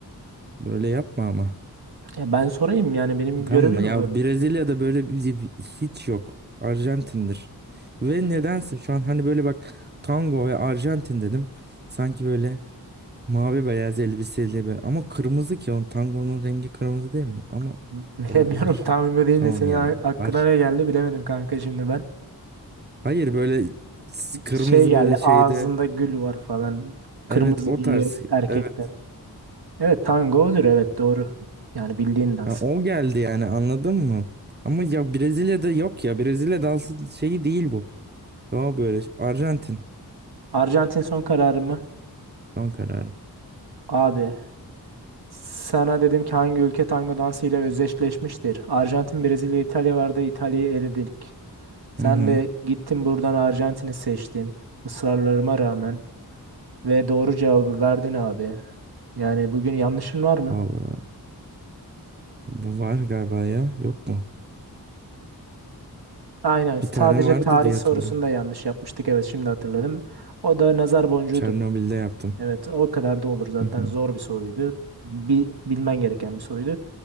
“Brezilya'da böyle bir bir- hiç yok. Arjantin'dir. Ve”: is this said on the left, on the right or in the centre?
Right